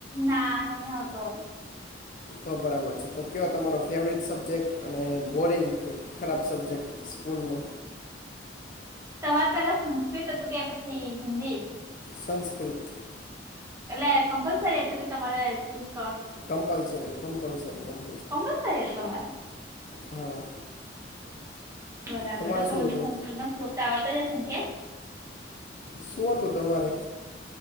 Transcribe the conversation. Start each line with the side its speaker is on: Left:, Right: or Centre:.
Right: ના નહી આવતો.
Left: તો બરાબર છે તો કયો તમારો ફેવરિટ સબ્જેક્ટ અને બોરિંગ કે ખરાબ સબ્જેક્ટ. સ્કૂલનો.
Right: તમારે પેલા સંસ્કૃત હતું કે પછી હિન્દી.
Left: સંસ્કૃત.
Right: એટલે કમ્પલસરી હતું કે તમારે ચૂસા
Left: કંપલસરી કંપલસરી ક
Right: કમ્પલસરી હતો તમારે.
Left: હા
Right: બરાબર
Left: તમારે
Right: તો
Left: શું
Right: તમને
Left: હતું
Right: સંસ્કૃતમાં શલોક તો આવડતા જ હશે ને કે.
Left: શું હતું તમારે.